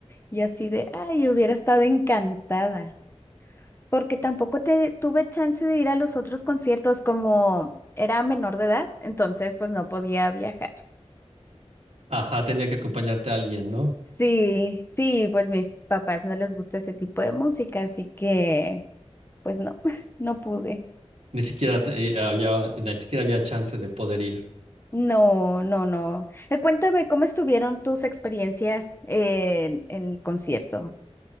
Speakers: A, on the left; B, on the right.
A: y así de, ay, hubiera estado encantada porque tampoco te, tuve chance de ir a los otros conciertos como era menor de edad, entonces pues no podía viajar.
B: Ajá, tenía que acompañarte a alguien, ¿no?
A: Sí, sí, pues mis papás no les gusta ese tipo de música, así que pues no, <laughs> no pude.
B: Ni siquiera, te- eh, había- ni siquiera había chance de poder ir.
A: No, no, no. Eh, Cuéntame, ¿cómo estuvieron tus experiencias en, en el concierto?